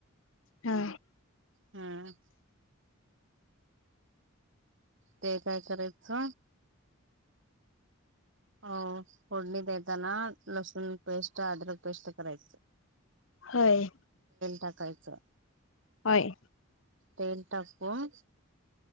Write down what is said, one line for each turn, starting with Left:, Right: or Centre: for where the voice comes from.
Left: हा
Right: हम ते काय करायचं हो फोडणी देताना लसुन पेस्ट अद्रक पेस्ट करराय
Left: होय
Right: टाकायचं
Left: होय
Right: तेल टाकून